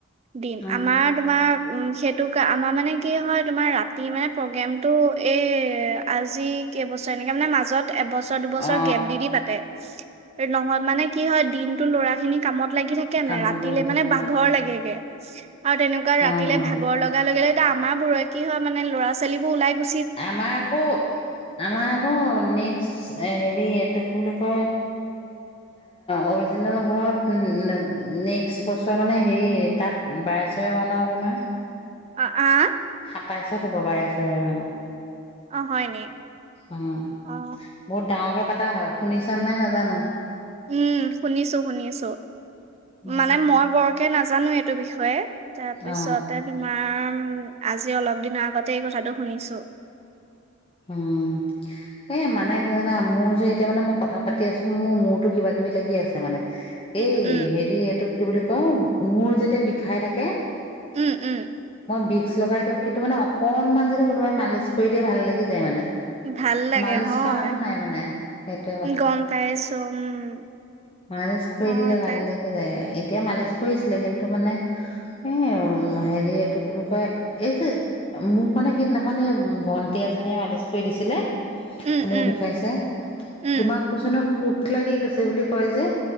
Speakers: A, on the right; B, on the left.
A: দিম
B: অ
A: আমাৰ তোমাৰ। উম সেইটো কা আমাৰ মানে কি হয় তোমাৰ ৰাতি মানে প্ৰগ্ৰেমতটো এই আজি কেইবছৰ এনেকে মানে মাজত এবছৰ। আমাৰ দুবছৰ
B: অ
A: গ্ৰেফ দি দি পাতে। নহয় মানে কি হয় দিনটো ল'ৰা খিনি কামত। লাগি থাকে
B: কামত
A: নাই ৰাতিলে
B: লাগি
A: মানে
B: থাকা
A: বাঘৰ লাগেগে। চিচ। আৰু তেনেকুৱা ৰাতিলে
B: অ
A: ভাগৰ লগা লগে লগে। এ আমাৰ বোৰৰে কি হয় মানে ল'ৰা ছোৱালী বোৰ ওলাই গু।
B: আমাৰ আক আমাৰ আক নে্স এ হেৰি এইটো কি বুলি কয় অৰিজিনেল ঘৰত নেক্সট বছৰ মানে হেৰি তাত বাৰে চৰে ভাওনা হ'ব নহয়
A: অ আহ
B: সাতাইচত হ'ব বাৰে চৰে ভাওনা
A: অ হয় নি
B: উম বহুত
A: অ
B: ডাঙৰকে পতা হয় শুনি চান নাই নাজানো
A: উম শুনিছো শুনিছো
B: উম
A: মানে মই বৰ কে নাজানো এইটো বিষয়ে তাৰপিছত
B: অ
A: মা উম আজি অলপ দিনৰ আগতে এই কথাটো শুনিছো
B: উম এ মানে কি জানে মোৰ যে এতিয়া মানে মই কথা পাতি আছো মোৰ মূৰতো কিবা কিবি লাগি আছে মানে
A: উম
B: এই
A: উম
B: হেৰি এইটো কি বুলি কম মূৰ যেতিয়া বিষাই থাকে
A: উম উম
B: বিচ লগাই দিওঁ কিন্তু মানে অকনমান যদি কোনোবাই মালিচ কৰি দিয়ে ভাল লাগি যায় মানে
A: উম ভাল লাগে
B: মালিচ
A: হয়।
B: কৰা মানুহ নাই মানে সেইটোৱে কথা
A: গম পাইছো উম
B: মালিচ কৰি
A: হয়
B: দিলে ভাল
A: পাই
B: লাগি যায় কে মালিচ কৰিছিলে কিন্তু মানে এ হেৰি এইটো কি বুলি কয় এই যে মোক মানে সিদিনাখনেই ভণ্টি‌ এজ নীয়ে মালিচ কৰি দিছিলে
A: উম
B: মোৰ
A: উম
B: বিষাইছে
A: উম
B: তোমাক কৈছ ন কোত লাগি গৈছে বুলি কয় যে